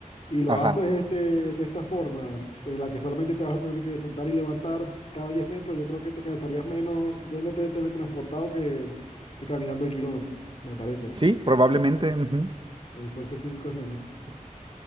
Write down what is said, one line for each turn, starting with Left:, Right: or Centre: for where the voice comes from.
Left: y lo
Right: Ajá.
Left: haces este, de esta forma, en la que solamente te vas a tener que sentar y levantar cada 10 metros, yo creo que te cansarías menos yéndote de teletransportado que, que caminando el kilómetro, me parece, ¿no?
Right: Sí, probablemente. ujú.
Left: El esfuerzo físico es menos.